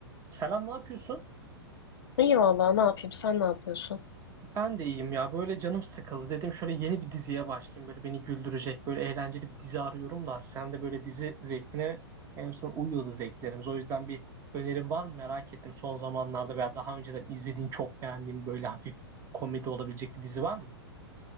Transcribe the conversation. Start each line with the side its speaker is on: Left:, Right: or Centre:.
Right: Selam, ne yapıyorsun?
Left: İyi valla ne yapayım sen ne yapıyorsun?
Right: Ben de iyiyim ya. Böyle canım sıkıldı. Dedim şöyle yeni bir diziye başlayayım. Böyle beni güldürecek, böyle eğlenceli bir dizi arıyorum da. Sen de böyle dizi zevkine en son uyuyordu zevklerimiz. O yüzden bir önerin var mı merak ettim. Son zamanlarda veya daha önceden izlediğin, çok beğendiğin böyle hafif komedi olabilecek bir dizi var mı?